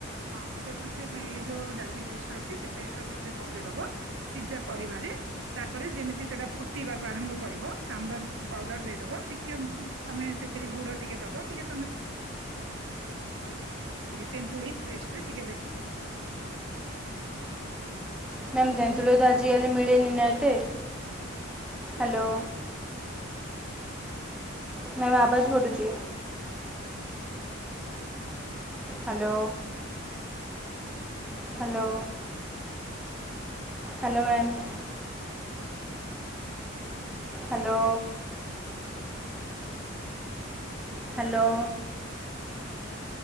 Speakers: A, on the right; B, in the centre.
A: ହଁ ସେ ବେଁଇ ବେଁ ଏ ଯୋଉ ଡାଲି ପେଷ୍ଟା ଅଛି ସେ ପେଷ୍ଟ ଟା ସେଥିରେ ପକେଇଦବ ସିଜା ପରିବାରେ ତାପରେ ଯେମିତି ସେଟା ଫୁଟବାକୁ ଆରମ୍ଭ କରିବ ସାମ୍ବର ଉଁ ପାଉଡର ଦେଇଦବ ଟିକେ ଉଁ ତମେ ସେଥିରେ ଗୁଡ ଟିକେ ଦବ ଟିକେ ତମେ ତେନ୍ତୁଳି ପେଷ୍ଟ ଟିକେ ଦେଇ
B: ମ୍ୟାମ୍ ତେନ୍ତୁଳ <unintelligible> ଆଜି କାଲି ମିଳେ ନି ନା ଏତେ ହାଲୋ ମ୍ୟାମ୍ ଆବାଜ କଟୁଚି hello hello hello ma'am hello hello